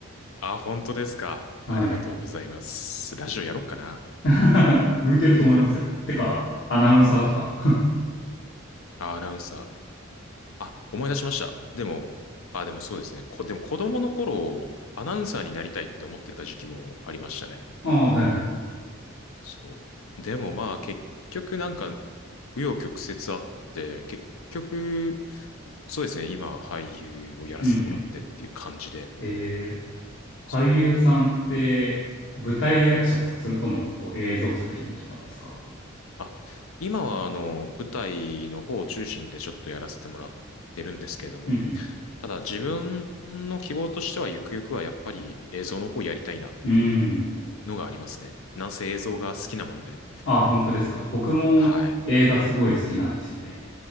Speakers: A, on the left; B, on the left.
A: あ、本当ですか。
B: はい。
A: ありがとうございます。ラジオやろっかな。
B: <laughs> 向いてると思いますよ。
A: <laughs>
B: てか、アナウンサーとか。
A: あ、アナウンサー。あ、思い出しました。でも、あ、でもそうですね。こ、でも子供の頃、アナウンサーになりたいって思ってた時期もありましたね。
B: <laughs> ああ、はいはいはい。
A: そう。でもまあ、結局なんか、紆余曲折あって、結局、そうですね。今、俳優をやらせてもらってっていう感じで、
B: うんうん。えー、俳優さんって舞台役者ですかそれともこう映像作品とかですか
A: そう。あ、今はあの、舞台の方を中心でちょっとやらせてもらってるんですけれども、
B: うん
A: ただ自分の希望としてはゆくゆくはやっぱり映像の方やりたいなっていう
B: うん。うーん。
A: のがありますね。なんせ映像が好きなもんで。
B: ああ、本当ですか。僕も映画すごい好きなんですよね。
A: はい。